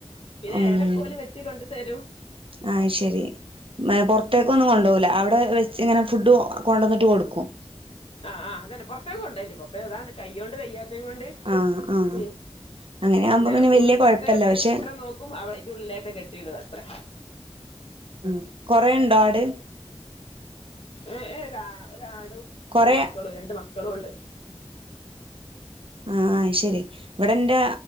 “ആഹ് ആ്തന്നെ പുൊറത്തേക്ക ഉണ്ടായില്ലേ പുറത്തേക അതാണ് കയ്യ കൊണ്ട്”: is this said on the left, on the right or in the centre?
Left